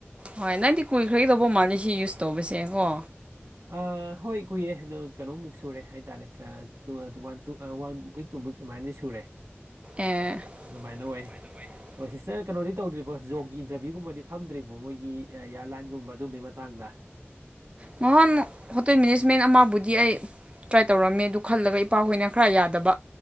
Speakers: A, on the right; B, on the right.
A: ꯍꯣꯏ ꯅꯪꯗꯤ ꯀꯨꯏꯈ꯭ꯔꯒꯩ ꯇꯧꯕ ꯃꯥꯜꯂꯦ ꯁꯤ ꯌꯨꯁ ꯇꯧꯕꯁꯦ ꯉꯣ
B: ꯑꯥ ꯍꯣꯏ ꯀꯨꯏꯔꯦ ꯑꯗꯣ ꯀꯅꯣꯃꯨꯛ ꯁꯨꯔꯦ ꯍꯥꯏꯇꯥꯔꯦ two one two one week two week ꯑꯃꯥꯏꯅꯗꯤ ꯁꯨꯔꯦ
A: ꯑꯦ
B: ꯑꯗꯨꯃꯥꯏꯅ ꯑꯣꯏ
A: <unintelligible>
B: ꯍꯣꯏ ꯁꯤꯁꯇꯔ ꯀꯩꯅꯣꯗꯤ ꯇꯧꯗ꯭ꯔꯤꯕꯣ ꯖꯣꯕꯒꯤ ꯏꯟꯇꯔꯚꯤꯌꯨꯒꯨꯝꯕꯗꯤ ꯐꯝꯗ꯭ꯔꯤꯕꯣ ꯃꯣꯏꯒꯤ ꯏꯌꯔꯂꯥꯏꯟꯒꯨꯝꯕ ꯑꯗꯨꯝꯕꯒꯤ ꯃꯇꯥꯡꯗ
A: ꯅꯍꯥꯟꯃꯨꯛ ꯍꯣꯇꯦꯜ ꯃꯦꯅꯦꯖꯃꯦꯟ ꯑꯃꯕꯨꯗꯤ ꯑꯩ ꯇ꯭ꯔꯥꯏ ꯇꯧꯔꯝꯃꯦ ꯑꯗꯨ ꯈꯜꯂꯒ ꯏꯄꯥꯍꯣꯏꯅ ꯈꯔ ꯌꯥꯗꯕ